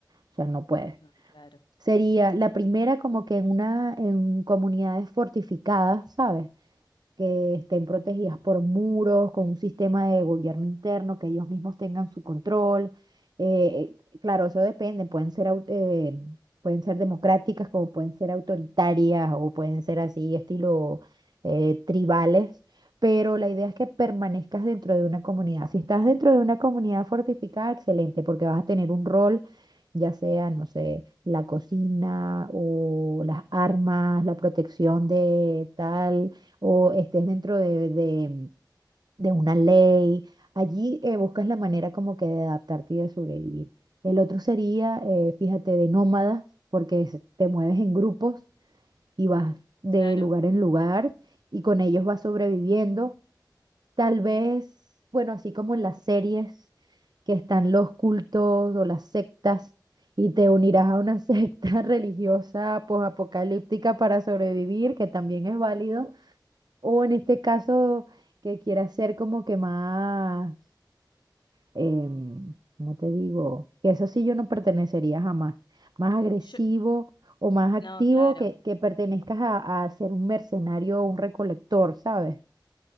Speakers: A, on the right; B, on the left.
A: o sea, no puedes.
B: No, claro,
A: Sería la primera como que en una, en comunidades fortificadas, ¿sabes? que estén protegidas por muros, con un sistema de gobierno interno, que ellos mismos tengan su control. Eh, eh, claro, eso depende, pueden ser, au- eh, pueden ser democráticas como pueden ser autoritarias o pueden ser así, estilo eh, tribales, pero la idea es que permanezcas dentro de una comunidad. Si estás dentro de una comunidad fortificada, excelente, porque vas a tener un rol. ya sea, no sé, la cocina o las armas, la protección de tal, o estés dentro de, de- de una ley. Allí eh, buscas la manera como que de adaptarte y de sobrevivir. El otro sería, eh, fíjate, de nómadas, porque es- te mueves en grupos y vas de
B: claro.
A: lugar en lugar y con ellos vas sobreviviendo. Tal vez, bueno, así como en las series que están los cultos o las sectas y te unirás a una secta <laughs> religiosa posapocalíptica para sobrevivir, que también es válido. O en este caso, que quiera ser como que más, em, ¿cómo te digo? Que eso sí yo no pertenecería jamás. Más agresivo
B: Yo,
A: o más activo
B: no, claro.
A: que, que pertenezcas a, a ser un mercenario o un recolector, ¿sabes?